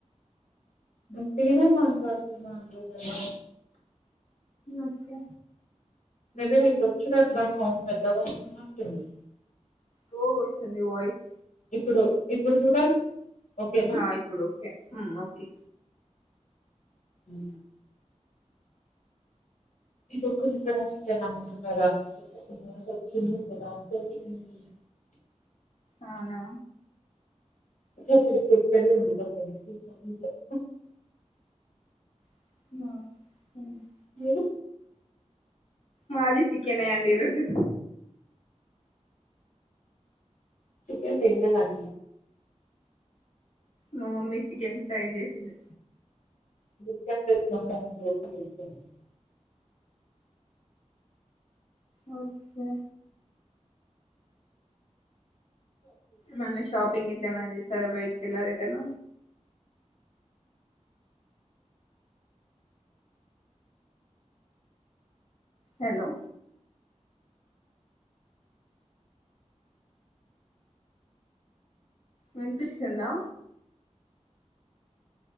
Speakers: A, on the left; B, on the left.
A: గట్టిగానే మాట్లాడుతున్న అండి నేను,
B: ఓకే
A: మేబి మీకు వచ్చుడు అట్ల సౌండ్ మెల్లగాస్తున్నట్టుంది,
B: లో వస్తుంది వాయిస్,
A: ఇప్పుడు ఇప్పుడు చూడండి, ఓకేనా
B: ఆ ఇప్పుడు ఓకే హు ఓకే,
A: ఊ ఎదో కుళ్ళిపోయిన చికెన్ అమ్ముతున్నారా అనేసి న్యూస్ వచ్చింది కదా తెలిసిందా,
B: అవునా
A: <unintelligible>
B: <unintelligible>
A: ఏ
B: మాది చికెనే అండి ఈరోజు
A: చికెన్ తింటారా అండి
B: మా మమ్మీ చికెన్ ఫ్రై చేసింది,
A: బ చికెన్ తెచ్చి వండు అని పెట్టి <unintelligible>
B: ఒకే నన్ను షాపింగ్ గిట్ల ఎమైనా తీసుకెళ్ బైటకల్లె డగుతున్న హలో వినిపిస్తుందా